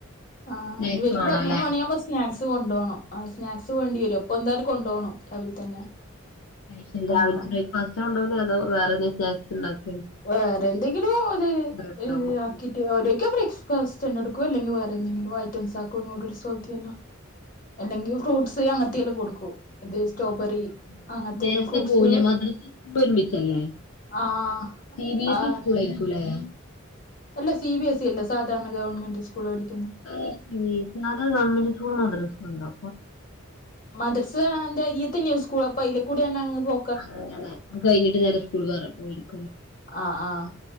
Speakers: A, on the left; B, on the left.
A: ആ
B: സ്നാക്സ്
A: ഇവർക്കു
B: വേണം
A: പതിനന്നന്ന്
B: അല്ലേ
A: മണി സ്നാക്സ് കൊണ്ടോണം സ്നാക്സ് വേണ്ടി വരും അപ്പോ എന്തായാലും കൊണ്ടോണം രാവിലെ തന്നെ
B: ശരി രാവിലത്തെ
A: ആഹ്
B: ബ്രേക്ക്ഫാസ്റ്റ് കൊണ്ടോണോ അതോ വേറെ എന്തേലും സ്നാക്സ് ഉണ്ടാക്കി
A: വേറെ എന്തെങ്കിലും അത്
B: ബ്രെഡോ
A: ഇത് ആക്കി
B: ആഹ്
A: ഓ രൊക്കെ ബ്രേക്ഫാസ്റ്റ് എടുക്കോ അല്ലെങ്കിൽ വേറെ എന്തെങ്കില ഐറ്റംസ് ആക്കോ നൂഡിൽസു പോലത്തി വല്ലോ അല്ലെങ്കി ഫ്രൂട്ട്സ് അങ്ങനത്തെെല്ലാം കൊടുക്കൂ ഇത് സ്ട്രോബെറി
B: ആഹ് ആഹ്
A: അങ്ങനത്തെുള്ള
B: നേരത്തെ
A: ഫ്രൂട്ട്സ്
B: പോവൂലേ മദ്രസ സ്കൂളും ഒരുമിച്ചല്ലേ
A: ആഹ്
B: സി ബി എസ്
A: ആഹ്
B: ഇ സ്കൂളാ യിരിക്കൂ ല്ലേ
A: അല്ല സി ബി എസ് ഇല്ല സാധാരണ ഗവൺമെന്റ് സ്കൂള് പഠിക്കുന്നു
B: അ സ ഗവമെന്റ് സ്കൂൾ മദ്രസ ഇണ്ടോ
A: മദർസ ക്യന്നിട്ട് ആണ് സ്കൂൾ അരിയ തന്നെയോ സ്കൂൾ അപ്പൊ അതില കൂടെ തന്നെ അങ്ങ് പോ
B: അങ്ങ്നെ കഴിഞ്ഞിട്ട് നേരെ സ്കൂൾ പൊയ്‌പോരും
A: ആഹ് ആഹ്